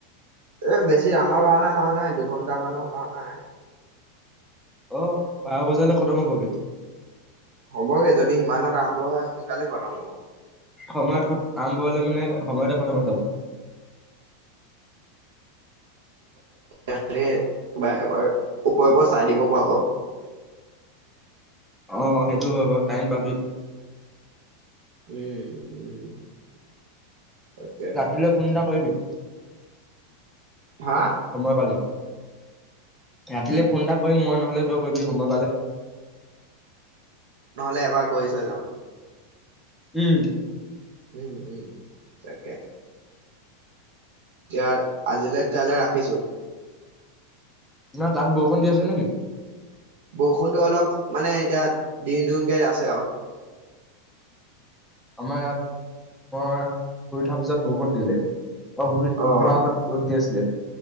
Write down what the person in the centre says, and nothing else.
অ বাৰ বজালৈ খতম হ'বগে।
সময়ত আৰম্ভ হলে মানে সময়তে খতম হৈ যাব,
অ সেইটো হ টাইম পাবি,
ৰাতিলৈ ফোন এটা কৰিবি,
সময় পালে, ৰাতিলৈ ফোন এটা কৰিম মই নহ'লে তই কৰিবি সময় পালে,
উম।
ন তাত বৰষুণ দি আছে নেকি?
আমাৰ ইয়াত মই শুই উঠাৰ পিছত বৰষুণ দিলে। মই শুইত
নুশুৱা আগত ৰ'দ দি আছিলে।